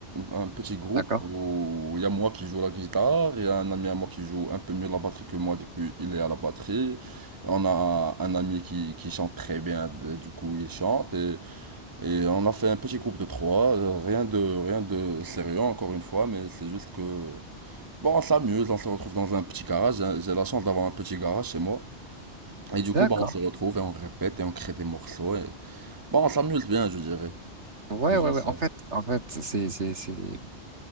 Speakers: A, on the right; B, on the right.
A: un un petit groupe
B: d'accord.
A: où il y a moi qui joue la guitare, il y a un ami à moi qui joue un peu mieux la batterie que moi, du coup il est à la batterie. Et on a un ami qui, qui chante très bien, d- du coup il chante. Et, et on a fait un petit groupe de trois, euh, rien de, rien de sérieux encore une fois, mais c'est juste que... Bon, on s'amuse, on se retrouve dans un petit garage, j'ai j'ai la chance d'avoir un petit garage chez moi. Et du coup,
B: D'accord.
A: bah, on se retrouve et on répète et on crée des morceaux. Et... Bon, on s'amuse bien, je dirais.
B: Ouais,
A: C'est juste
B: ouais, ouais.
A: ça.
B: En fait, en fait, c'est, c'est, c'est